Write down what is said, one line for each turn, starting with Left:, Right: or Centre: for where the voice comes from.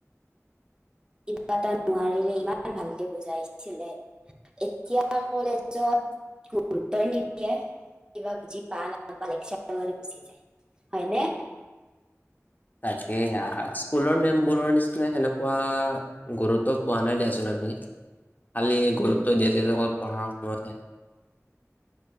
Right: কিবা এটা নোৱাৰিলে ইমান ভালকে বুজাইছিলে এতিয়া কলেজত গুৰুত্ব নিদিয়ে কিবা বুজি পা নাপাল লেকচাৰ মাৰি গোচি যায় হয়নে।
Left: তাকে স্কুলৰ মেমবোৰৰ নিচিনা সেনেকুৱা গুৰুত্ব পোৱা নাই দিয়াচোন আমি খালি গুৰুত দি আছে যে অকল পঢ়া <unintelligible>